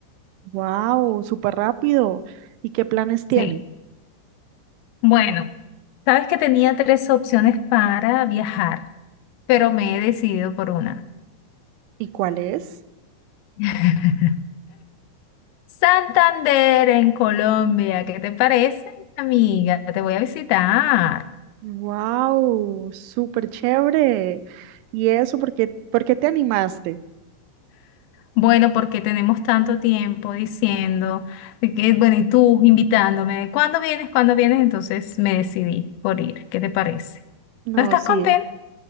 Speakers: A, on the right; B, on the left.
A: ¡Wow! Súper rápido. ¿Y qué planes tienes?
B: Sí. Bueno, sabes que tenía tres opciones para viajar, pero me he decidido por una.
A: ¿Y cuál es?
B: <laughs> Santander en Colombia, ¿qué te parece, amiga? Te voy a visitar.
A: ¡Wow! Súper chévere. ¿Y eso por qué, por qué te animaste?
B: Bueno, porque tenemos tanto tiempo diciendo de que, bueno, y tú invitándome, ¿cuándo vienes? ¿Cuándo vienes? Entonces me decidí por ir. ¿Qué te parece?
A: No,
B: ¿No estás
A: sí,
B: contenta?